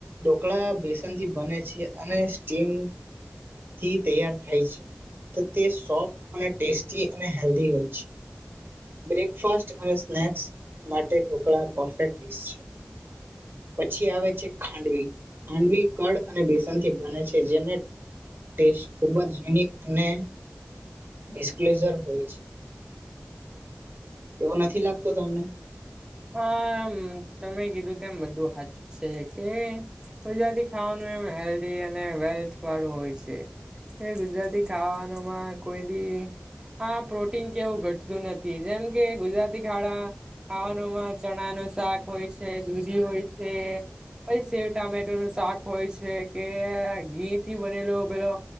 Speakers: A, on the right (about 60°); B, on the right (about 20°).
A: ઢોકળા બેસનથી બને છે અને સ્ટીમ થી તૈયાર થાય છે. તો તે સોફ્ટ અને ટેસ્ટી અને હેલ્ધી હોય છે. બ્રેકફાસ્ટ અને સ્નેક્સ માટે ઢોકળા પરફેક્ટ ડિશ છે. પછી આવે છે ખાંડવી ખાંડવી કળ અને બેસનથી બને છે જેને. ટેસ્ટ ખૂબ જ યુનિક અને એક્સ્ક્યુઝર હોય છે. એવુ નથી લાગતું તમને.
B: હમ તમે કીધું તેમ બધું હાચૂ છે કે. ગુજરાતી ખાવાનું એમ હેલ્ધી અને વેલ્થ વાળું હોય છે. એ ગુજરાતી ખાવાનું માં કોઈ દી આ પ્રોટીન કેવું ઘટતું નથી જેમ કે ગુજરાતી ખાડા
A: હા.
B: નો માં ચણા નું શાક હોય છે દૂધી હોય છે. પાઇ શેવ ટામેટો નું શાક હોય છે કે ઘી થી બનેલો પેલો